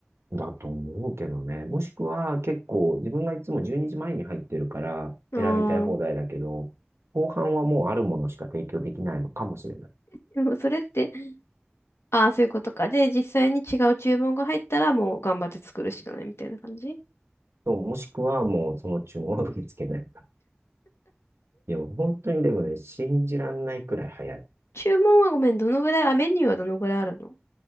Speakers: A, on the right (about 85°); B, on the left (about 80°).
A: だと思うけどね。もしくは結構自分がいつも12時前にじまえに入ってるから選びたい放題だけど、
B: あー
A: 後半はもうあるものしか提供できないのかもしれない。
B: でもそれって、ああ、そういうことか。で、実際に違う注文が入ったらもう頑張って作るしかないみたいな感じ
A: そうもしくはもうその注文は受け付けないか。いや、もう本当にでもね、信じらんないくらい早い。
B: 注文はごめん、どのぐらい、あ、メニューはどのぐらいあるの